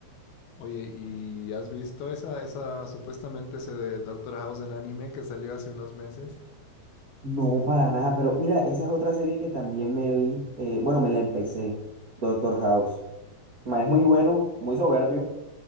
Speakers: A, on the left; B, on the right.
A: Oye, ¿y has visto esa, esa supuestamente ese de Doctor House en anime que salió hace unos meses?
B: No, para nada, pero mira, esa es otra serie que también me vi, eh, bueno, me la empecé, Doctor House. El Man, es muy bueno, muy soberbio.